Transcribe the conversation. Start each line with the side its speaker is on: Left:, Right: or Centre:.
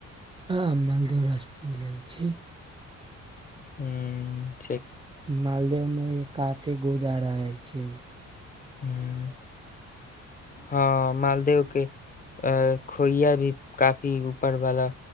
Right: हँ मलद रस पी लेबै छी
Left: हू
Right: मालदेव मे क ी गोदारा जाइ छै
Left: ह्म हँ मालदेव के अ खोइया भी काफी ऊपरवाला